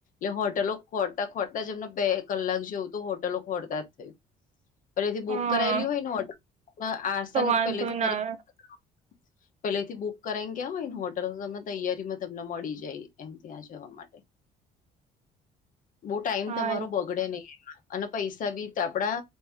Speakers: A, on the left (about 50°); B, on the right (about 40°).
A: એટલે હોટલો ખોરતા ખોરતા જ એમને બે કલાક જેવું તો હોટલો ખોરતા જ થયું. પેલેથી બુક
B: હા
A: કરાયેલી હોય ને હોટલો આસાનીથી
B: તો વાંધો
A: પહેલેથી કરી
B: ના આવે
A: પેલેથી બુક કરાઈને ગયા હોય ને હોટલ તમે તૈયારીમાં તમને મળી જાય એમ ત્યાં જવા માટે. બો ટાઈમ
B: હા
A: તમારો બગડે નહીં એમાં. અને પૈસા બી આપડા